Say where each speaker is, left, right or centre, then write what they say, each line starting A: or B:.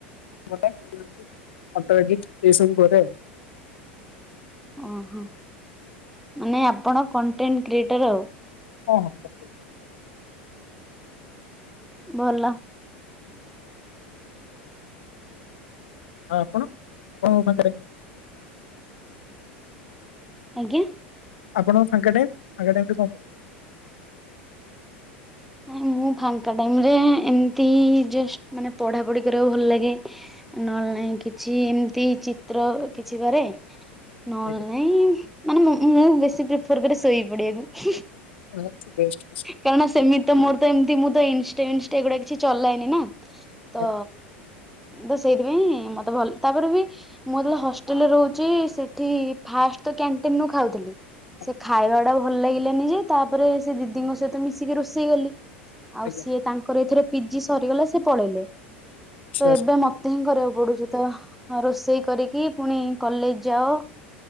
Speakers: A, on the left (about 65°); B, in the centre.
A: <unintelligible> ଏଇ ସବୁ କରେ ଆଉ।
B: ଅ ହଁ ମାନେ ଆପଣ କଣ୍ଟେଣ୍ଟ କ୍ରିଏଟର ଆଉ।
A: ହଁ ହଁ‌।
B: ଭଲ।
A: ଆ ଆପଣ <unintelligible>
B: ଆଜ୍ଞା?
A: ଆପଣ ଫାଙ୍କା ଟାଇମ୍ ଫାଙ୍କା ଟାଇମରେ କଁ କ
B: ନାଇଁ ମୁଁ ଫାଙ୍କା ଟାଇମରେ ଏମିତି ଜଷ୍ଟ ମାନେ ପଢାପଢି କରିବାକୁ ଭଲ ଲାଗେ। ନହେଲେ ନାଇଁ କିଛି ଏମିତି ଚିତ୍ର କିଛି କରେ। ନହେଲେ
A: ଆଜ୍ଞା
B: ନାଇଁ ମାନେ ମୁଁ ମୁଁ ବେଶୀ ପ୍ରିଫର କରେ ଶୋଇ ପଡିିବାକୁ।
A: <unintelligible>
B: କାରଣ ସେମିତ ମୋର ତ ଏମିତି ମୁଁ ତ ଇଂଷ୍ଟା ଇଂଷ୍ଟା ଏଗୁଡା କିଛି ଚଲାଏନି ନା। ତ
A: ଆଜ୍ଞା
B: ତ ସେଇଥିପାଇଁ ମତେ ଭଲ ତାପରେ ବି ମୁଁ ଯେତବେଳେ ହଷ୍ଟେଲରେ ରହୁଚି ସେଠି ଫାଷ୍ଟ ତ କ୍ୟାଣ୍ଟିନରୁ ଖାଉଥିଲି
A: ଆଜ୍ଞା
B: ସେ ଖାଇବାଟା ଭଲ ଲାଗିଲାନି ଯେ ତାପରେ ସେ ଦିଦିଙ୍କ ସହିତ ମିଶିକି ରୋଷେଇ କଲି। ଆଉ
A: ଆଜ୍ଞା
B: ସିଏ ତାଙ୍କର ଏଥିରେ ପିଜି ସରିଗଲା ସେ ପଳେଇଲେ
A: ଆଚ୍ଛା
B: ତ
A: ଆଚ୍ଛା
B: ଏବେ ମ ତେ ହିଁ କରିବାକୁ ପଡୁଚି ତ ରୋଷେଇ କରିକି ପୁଣି କଲେଜ ଯାଅ।